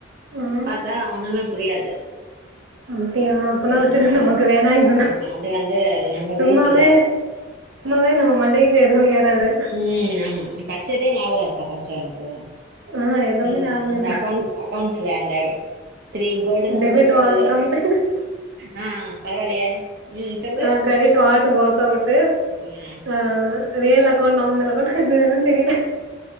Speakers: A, on the right; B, on the right.
A: ம்.
B: பாத்தா ஒண்ணுமே புரியாது
A: அப்டியா அப்பன்னா
B: ம்
A: விட்டுடு நமக்கு வேணா இதெல்லா
B: ஆமா அது வந்து நம்ம
A: சும்மாவே
B: குரூப் இல்ல அது
A: சும்மாவே நம்ம மண்டைய ல எதுவு ஏறாது
B: ம் ஆமா நீ பட் சதே ஞாபக இருக்கா ஃபஸ்ட்டு உனக்கு
A: ஆ எதுவுமே
B: ம்
A: ஞாபகம்
B: அந்த
A: இல்ல.
B: அக்கௌண்ட் அக்கௌண்ட்ஸ்ல அந்த த்ரீ கோல்டன்
A: டெபிட்
B: ரூல்ஸ் சொல்லு
A: ஆர் கம்ப்ளைண்ட்
B: ஆ பரவாயில்லையே ம் சொல்லு
A: ஆ கிரெடிட் வாட்டு வோஸ் அவுட்டு
B: ம்
A: ஆ ரியல் அக்கௌண்ட் நார்மல் அக்கௌண்ட் எது எது தெரியல